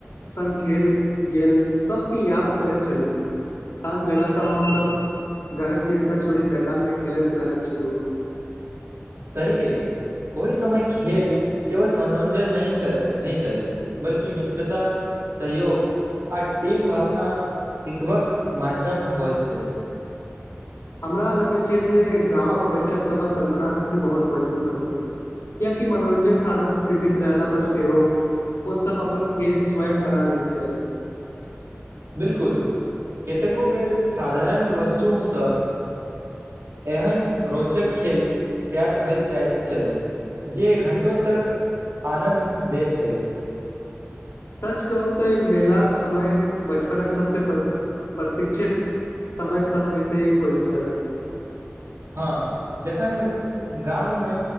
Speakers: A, on the left; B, on the right.
A: संग खेल गेल सभके याद करैत छलू साँझ बेला तऽ हमसभ घरक चिन्ता छोड़ि मैदान मे खेलैत रहैत छलहुँ <inaudible>
B: सही कयले ओहि समय खेल केवल मनोरञ्जन नहि छल नहि छल बल्कि मित्रता सहयोग आ टीम भावना सिखबाक माध्यम होइत छै
A: हमरा लगै छै जे गाँवक बच्चा सभक कल्पना शक्ति बहुत मजबूत होइत छै कियाकि मनोरञ्जक साधन सीमित रहला पर सेहो ओसब अपन खेल स्वयं बना लैत छल
B: बिलकुल कतेको बेर साधारण वस्तु सँ एहन रोचक खेल तैयार भेल जायत छल जे घण्टो तक आनन्द दैत छल
A: सच कहु तँ मेलाक समय बचपन सबसँ प्रतीक्षित समय सभमे सँ एक होइत छल
B: हँ जखन गाम मे